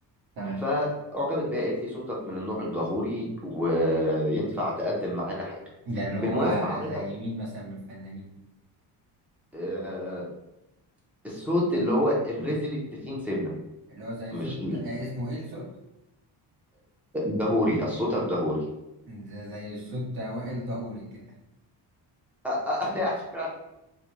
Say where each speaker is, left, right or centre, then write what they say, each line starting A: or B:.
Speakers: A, on the right; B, in the centre.
A: تمام
B: فأعجبت بيها قالت لي صوتك من النوع الجهوري وينفع تقدم معانا حاجة
A: ده اللي هو
B: بالمناسبة حضرتك
A: زي مين مثلا من الفنانين
B: آه، الصوت اللي هو الرزل التخين سنة
A: اللي هو زي
B: مش
A: صوت آه اسمه ايه الصوت
B: الجهوري الصوت الجهوري
A: ده زي صوت اوائل ظهوري كده
B: <laughs>